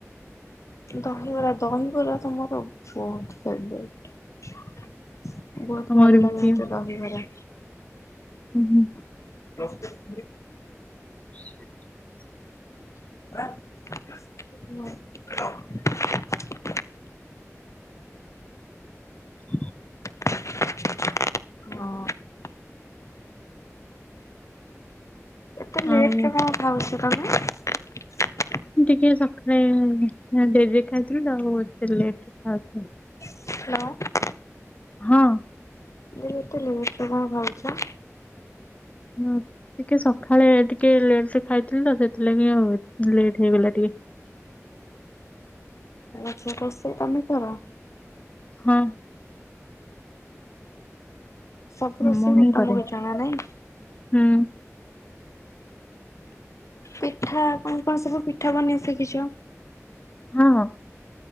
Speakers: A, on the left (about 65°); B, on the left (about 25°).
A: ଦହିିବରା ଦହିିବୁରା ତ ମୋର ବହୁତ ଫେବରାଇଟ ବହୁତ
B: ଆଉ
A: ଭଲ
B: ମୋର ବି
A: ଲାଗନ୍ନ୍ତା
B: ପ୍ରିୟ
A: ଦହିବରା।
B: ହୁଁ ହୁଁ।
A: <unintelligible>
B: <inaudible>
A: <inaudible> <inaudible>
B: <inaudible>
A: ହଁ ଏତେ ଲେଟ
B: ଆଉ
A: ରେ କଣ ଖାଉଛ? ଆମେ
B: ଟିକେ ସକାଳେ ଡେରିରେ ଖାଇଥିଲି ତ ଆଉ ଟିକେ ଲେଟରେ ଖାଉଥିଲୁ।
A: ହ୍ୟାଲୋ
B: ହଁ।
A: ଏତେ ଲେଟ୍ ରେ କଣ ଖାଉଛ?
B: ହଁ ଟିକେ ସକାଳେ ଟିକେ ଲେଟ ରେ ଖାଇଥିଲି ତ ସେଥିଲାଗି ଆଉ ଲେଟ ହେଇଗଲା ଟିକେ
A: ଆଛା ରୋଷେଇ ତମେ କର?
B: ହଁ।
A: ସବୁ ରୋଷେଇବ
B: ମୁଁ ହିଁ
A: ତମକୁ
B: କରେ।
A: ଜଣା ନାହିଁ?
B: ହୁଁ
A: ପିଠା କଣ କଣ ସବୁ ପିଠା ବନେଇ ଶିଖିଛ?
B: ହଁ